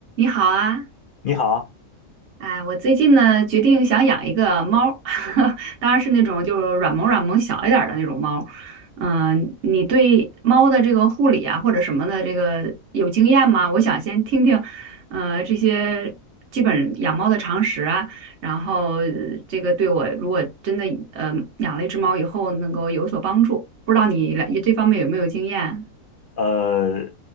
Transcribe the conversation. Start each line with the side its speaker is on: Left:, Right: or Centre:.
Right: 你好啊，
Left: 你好，
Right: 哎，我最近呢决定想养一个猫儿，<laughs> 当然是那种就是软萌软萌小一点儿的那种猫儿嗯，你对猫的这个护理啊或者什么的这个有经验吗？我想先听听，呃，这些基本养猫的常识啊，然后呃这个对我如果真的呃养了一只猫以后能够有所帮助，不知道你来这方面有没有经验？
Left: 呃，